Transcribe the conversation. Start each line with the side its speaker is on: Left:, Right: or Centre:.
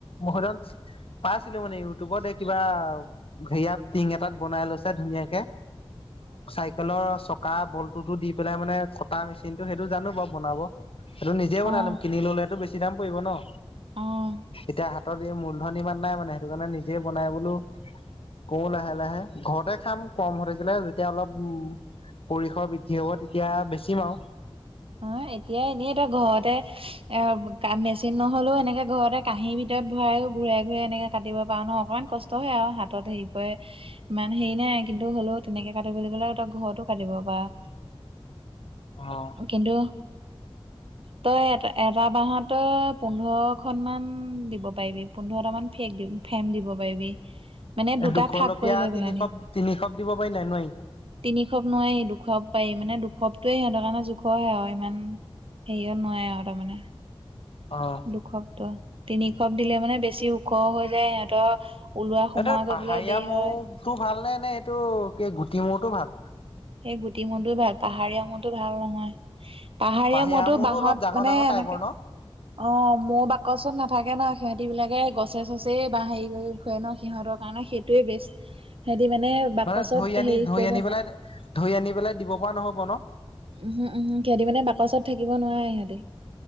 Left: মহদন পাইছিলো মানে ইউটিউবত এই কিবা হেয়াত টিং এটাত বনাই লৈছে ধুনীয়াকে। চাইকেলৰ চকা বল্টোতো দি পেলাই মানে তাৰ মেচিনটো সেইটো জানো বাৰু বনাব সেইটো নিজে বনাই
Right: অ
Left: লম কিনি ললে টো বেছি দাম পৰিব ন।
Right: অ
Left: এতিয়া হাতত এই মূলধন ইমান নাই মানে সেইটো কাৰণে নিজে বনাই বোলো কৰো লাহে লাহে ঘৰতে খাম কম হৈ থাকিলে যেতিয়া অলপ উম পৰিসৰ বৃদ্ধি হ'ব তেতিয়া বেছিম আৰু
Right: অ' এতিয়া এনেই তই ঘৰতে এ মেচিন নহ'লেও এনেকে ঘৰতে কাঁহীৰ ভিতৰত ভৰাইও ঘূৰাই ঘূৰাই এনেকে কাটিব পাৰো ন' অকমান কষ্ট হয় আৰু হাতত হেৰি পৰে ইমান হেৰি নাই কিন্তু হ'লেও তেনেকে কাটিবলৈ ক'লে ত ঘৰতো কাটিব পাৰ।
Left: অ'।
Right: কিন্তু তই এটা, এটা বাহ তই পোন্ধৰ খন মান দিব পাৰিবি পোন্ধৰটা মান ফেক দি ফেম দিব পাৰিবি। মানে দুটা
Left: এ, দুখলপীয়া
Right: খাপ কৰি লৈ
Left: তিনিখপ-তিনিখপ
Right: পেলানি
Left: দিব পাৰি নাই, নোৱাৰি?
Right: তিনিখপ নোৱাৰি, দুখপ পাৰি মানে, দুখপটোয়ে সিহঁৰ কাৰে জো খৰ আৰু ইমান হেৰিয়ত নোৱাৰে আৰু তাৰমানে।
Left: অ'।
Right: দুখপটো, তিনিখপ দিলে মানে বেছি ওখ হৈ যায় সিহঁতৰ ওলোৱা সোমোৱা
Left: এইটো
Right: কৰিবলৈ
Left: পাহাৰীয়া
Right: দেৰি হয়।
Left: <unintelligible> ভাল নে, নে এইটো কি গুটি মৌটো ভাল?
Right: সেই গুটি মৌটোয়ে ভাল। পাহাৰীয়া মৌটো ভাল নহয়। পাহাৰীয়া
Left: পাহিয়া
Right: মৌটো
Left: মৌতো
Right: বাহত
Left: অলপ ডাঙৰ
Right: মানে,
Left: ডাঙৰ টাইপৰ
Right: এনেকে
Left: ন
Right: অ, মৌ বাকচত নাথাকে ন, সিহঁতি বিলাকে গছে-চছে বা হেৰি কৰি ফুৰে ন, সিহঁতৰ কাৰণে সেই টোৱে বেষ্ট। সিহঁতি মানে বাকচত
Left: মানে ধৰি আনি,
Right: হেৰি
Left: ধৰি
Right: কৰিব
Left: আনি
Right: নোৱাৰে
Left: পেলাই, ধৰি আনি পেলাই দিব পৰা নহ'ব ন?
Right: উমহু-উমহু। সিহঁতি মানে বাকচত থাকিব নোৱাৰে, সিহঁতি